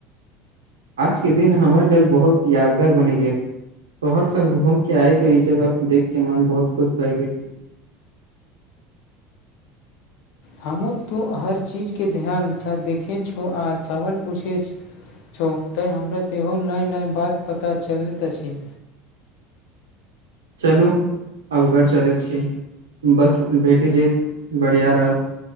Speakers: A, on the right (about 85°); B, on the left (about 65°).
A: आजके दिन हमर लेल बहुत यादगार बनि गेल तोहर सङ् घूम के आए क ई जगह देख के मन बहुत खुश भए गेली
B: हमूँ तू हर चीजके ध्यानसँ देखैत छौ आ सवाल पूछै छौ तैँ हमरा सेहो नय नय बात पता चलैत अछि
A: चलू अब घर चलैत छी बस भेटी जेत बढ़िआँ रहत